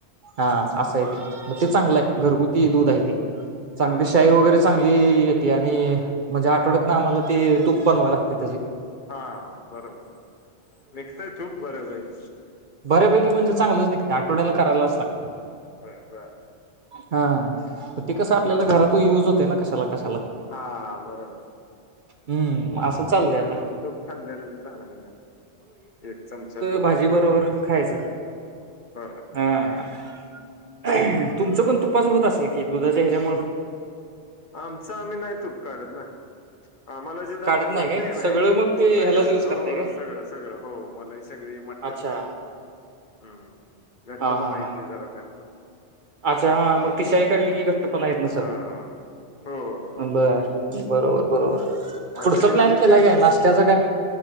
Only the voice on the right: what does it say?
हां असं - मग ते चांगलंय. घरगुती दूध आहे ते. चांगली
शाय वगैरे चांगली- येते. आणि- म्हणजे आठवड्यातन आम्हाला
ते- तूप बनवाया लागतय.
बऱ्या पैकी म्हणजे? चांगलं निघत, आठवड्याला करायलाच लागतय.
हा. ते कस, आपल्याला
घरातही युज होतो ना? कशाला, कशाला.
हम्म. असं
चाललंय आता
भाजी बरोबर खायचं.
हा- ह तुमच पण, तुपाच होत असल की? दुध- ते हेज्यामुळ-
काढत
काय
सगळं मग
ते
ह्यालाच
युज
करताय काय
अच्छा
हा हा हा
अच्छा हा. मग ती शाई काढली की घ.. टृपणा येत नसल.
बर
बरोबर बरोबर.
पुढचा
प्लॅन केलाय
काय नाश्त्याचा काय